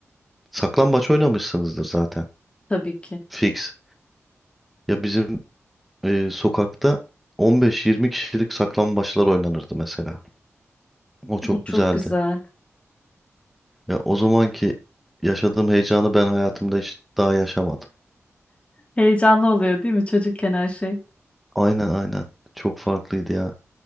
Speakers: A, in the centre; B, on the left.
A: saklambaç oynamışsınızdır zaten.
B: Tabii ki.
A: Fix. Ya bizim e, sokakta 15-20 kişilik saklambaçlar oynanırdı mesela. O çok
B: Bu çok
A: güzeldi.
B: güzel.
A: Ya o zamanki yaşadığım heyecanı ben hayatımda hiç daha yaşamadım.
B: Heyecanlı oluyor değil mi çocukken her şey?
A: Aynen aynen. Çok farklıydı ya.